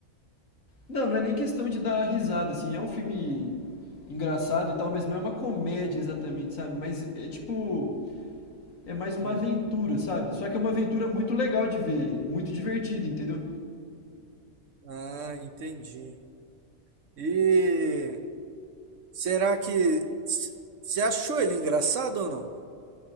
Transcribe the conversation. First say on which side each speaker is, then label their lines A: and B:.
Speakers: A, on the left; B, on the right.
A: Não, não é nem questão de dar risada, assim. É um filme engraçado e tal, mas não é uma comédia exatamente, sabe? Mas é tipo. É mais uma
B: Hum.
A: aventura, sabe? Só que é uma aventura muito legal de ver, muito divertida, entendeu?
B: Ah, entendi. E será que você achou ele engraçado ou não?